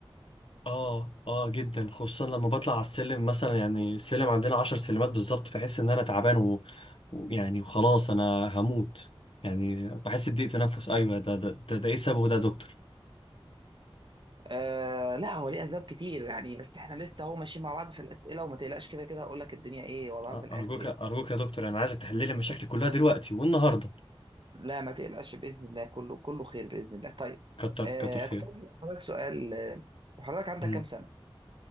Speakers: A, on the left; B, on the right.
A: اه اه جدا خصوصا لما بطلع على السلم مثلا يعني السلم عندنا عشر سلمات بالظبط بحس ان انا تعبان و... ويعني وخلاص انا هموت يعني بحس بضيق تنفس ايوه ده ده ده, ده ايه سببه ده يا دكتور
B: آه لا هو ليه اسباب كتير يعني بس احنا لسه هو ماشيين مع بعض في الاسئله وما تقلقش كده كده هقول لك الدنيا ايه وضعها
A: آه،
B: في الاخر
A: ارجوك
B: يعني
A: ارجوك يا دكتور انا عايزك تحل لي مشاكلي كلها دلوقتي والنهارده
B: لا ما تقلقش باذن الله كله كله خير باذن الله طيب
A: كتر
B: آه
A: كتر خيرك
B: كنت عايز اسال حضرتك سؤال آه، وحضرتك عندك
A: مم.
B: كام سنه؟